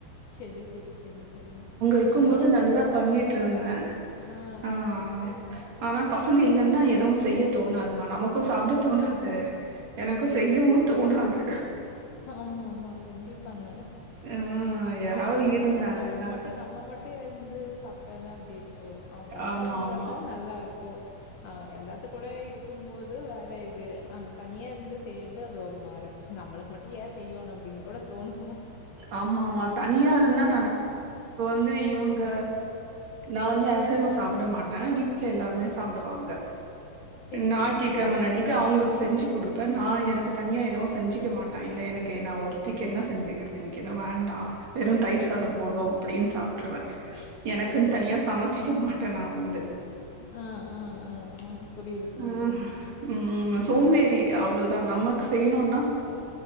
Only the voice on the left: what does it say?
செரி செரி செரி செரி
நானு செஞ்சுருக்கே
எல்லாமே
அ
அ
ஆம்மா ஆம்மா கண்டிப்பாங்க
அவுங்க இல்லைனா
நம்ம மட்டு நம்ம மட்டு இருந்து சாப்ட்டோனா எப்டி இருக்கு ஓ அவுங்க எல்லாரு
இருந்தா
தா நல்லா இருக்கு ஆ எல்லாத்துக் கூட இருக் க்கும் போது வேற இது ஆனா தனியா இருந்து செய்றது அது ஒரு மாற நம்மளுக்கு மட் ட்டியா செய்யணு அப்டினு கூட தோணு
சரி,
சரி, சரி.
ம்,
ம்.
சரி,
சரி.
ஆ ஆ ஆ ஆ புரியுது புரியுதுங்க